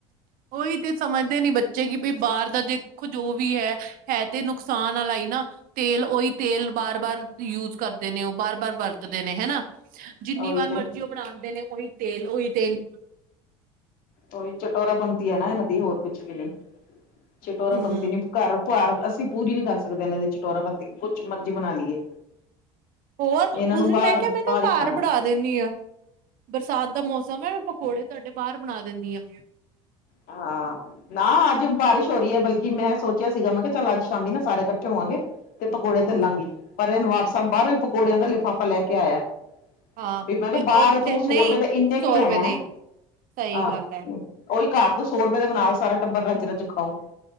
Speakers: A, on the right; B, on the left.
A: ਉਹੀ ਤੇ ਸਮਝਦੇ ਨੀ ਬੱਚੇ ਕਿ ਬਈ ਬਾਹਰ ਦਾ ਦੇਖੋ ਜੋ ਵੀ ਹੈ ਹੈ ਤੇ ਨੁਕਸਾਨ ਵਾਲਾ ਹੀ ਨਾ ਤੇਲ ਉਹੀ ਤੇਲ ਬਾਰ ਬਾਰ ਯੂਜ ਕਰਦੇ ਨੇ, ਉਹ ਬਾਰ ਬਾਰ ਵਰਤਦੇ ਨੇ ਹਨਾ। ਜਿੰਨੀ
B: ਉਹੀ
A: ਵਾਰ
B: ਤੇ
A: ਮਰਜ਼ੀ ਉਹ ਬਣਾਉਂਦੇ ਨੇ ਓਹੀ ਤੇਲ ਉਹੀ ਤੇਲ
B: ਉਹੀ ਚਟੋਰਾ ਪੰਤੀ ਹੈ, ਨਾ ਇਹਨਾਂ ਦੀ ਹੋਰ ਕੁਛ ਵੀ ਨ ਚਟੋਰਾ
A: ਹਮ
B: ਪੰਤੀ ਨੀ ਘਰ ਘਰ ਅਸੀਂ ਪੂਰੀ ਨੀ ਕਰ ਸਕਦੇ, ਇਹਨਾਂ ਦੀ ਚਟੋਰਾ ਪੰਤੀ ਕੁਛ ਮਰਜ਼ੀ ਬਣਾ ਲਈਏ।
A: ਹੋਰ
B: ਇਹਨਾਂ
A: ਉਸ
B: ਨੂੰ
A: ਦਿਨ
B: ਬਾਹਰ
A: ਮੈਂ ਕਿਹਾ ਮੈਂ ਕਿਹਾ
B: ਬਾਹਰ ਹੀ ਖਾਣਾ
A: ਘਰ ਬਣਾ ਦਿੰਦੀ ਆ ਬਰਸਾਤ ਦਾ ਮੌਸਮ ਹੈ ਮੈਂ ਪਕੋੜੇ ਤੁਹਾਡੇ ਬਾਹਰ ਬਣਾ ਦਿੰਦੀ ਆ।
B: ਹਾਂ ਨਾ ਅੱਜ ਬਾਰਿਸ਼ ਛੋਰੀ ਹੈ ਬਲਕਿ ਮੈਂ ਸੋਚਿਆ ਸੀਗਾ, ਮੈਂ ਕਿਹਾ ਚੱਲ ਅੱਜ ਸ਼ਾਮੀ ਨਾ ਸਾਰੇ ਇਕੱਠੇ ਹੋਵਾਂਗੇ ਤੇ ਪਕੌੜੇ
A: ਹਮ
B: ਤੱਲਾਂਗੀ। ਪਰ ਇਹ ਨਵਾਬ ਸਾਬ ਬਾਹਰੋਂ ਹੀ ਪਕੌੜਿਆਂ ਦਾ ਲਿਫਾਫਾ ਲੈ ਕੇ ਆਇਆ।
A: ਹਾਂ
B: ਵੀ ਮੈਂ
A: ਤੇ
B: ਕਿਹਾ ਬਾਹਰ
A: ਉਹ
B: ਤੂੰ ਸੌ
A: ਨਹੀਂ
B: ਰੁਪਏ ਦਾ ਇੰਨੇ
A: ਸੌ
B: ਕੁ ਲਿਆਇਆ
A: ਰੁਪਏ ਦੇ ਸਹੀ
B: ਆਹ।
A: ਗੱਲ ਹੈ
B: ਉਹੀ ਘਰ ਤੋਂ ਸੌ ਰੁਪਏ ਦੇ ਬਣਾ ਸਾਰਾ ਟੱਬਰ ਰੱਜ ਰਜ ਖਾਓ।